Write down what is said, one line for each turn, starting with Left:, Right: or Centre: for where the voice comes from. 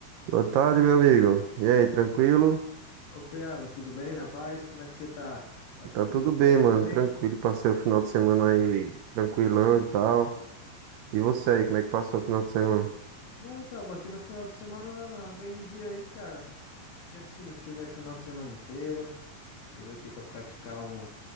Right: Boa tarde, meu amigo. E aí, tranquilo?
Left: Ô, Piago, tudo bem? Na paz? Como é que você tá? Tá tranquilo
Right: Tá tudo
Left: por
Right: bem,
Left: aí
Right: mano.
Left: também?
Right: Tranquilo. Passei o final de semana aí tranquilão e tal. E você aí, como é que passou o final de semana?
Left: É, então, passei meu final de semana bem dizer aí, cara. Fiquei assistindo filme o final de semana inteiro. Aproveitei para praticar um-